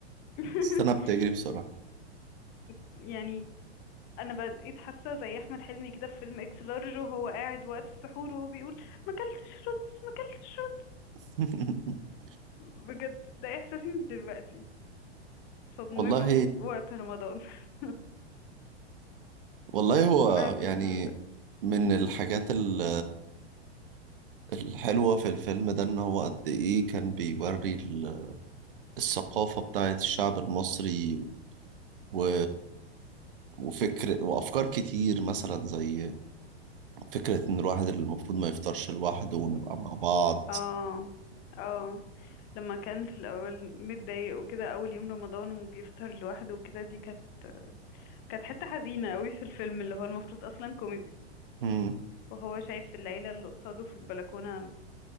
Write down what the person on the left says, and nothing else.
<laughs>
يعني انا بقيت حاسه زي احمد حلمي كده في فيلم اكس لارج وهو قاعد وقت السحور وهو بيقول ما اكلتش رز ما اكلتش رز
بجد ده احساسي من دلوقتي صدمته
وقت رمضان <laughs>
بحب
الفيلم ده
اه اه لما كان في الاول متضايق وكده اول يوم رمضان وبيفطر لوحده وكده دي كانت كانت حتة حزينة قوي في الفيلم اللي هو المفروض أصلا كوميدي
وهو شايف العيلة اللي قصاده في البلكونة